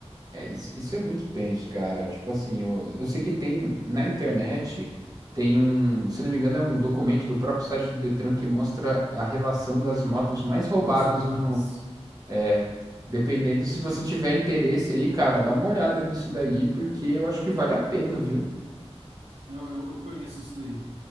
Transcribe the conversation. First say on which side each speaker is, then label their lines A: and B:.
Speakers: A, on the right; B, on the right.
A: É, isso, isso é muito tenso, cara. Tipo assim, eu, eu sei que tem na internet, tem um, se não me engano, é um documento do próprio site do Detran que mostra a relação das motos mais roubadas
B: Mais roubadas.
A: no. É, dependendo, se você tiver interesse aí, cara, dá uma olhada nisso daí, porque eu acho que vale a pena, viu?
B: Não, eu, eu conheço isso daí.